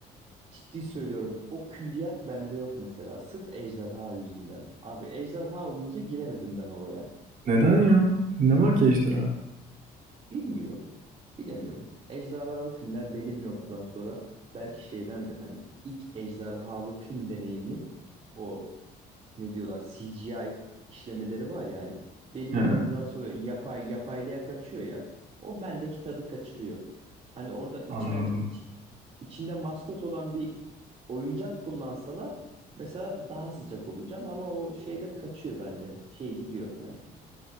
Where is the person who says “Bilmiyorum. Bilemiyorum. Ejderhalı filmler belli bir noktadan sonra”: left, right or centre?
Right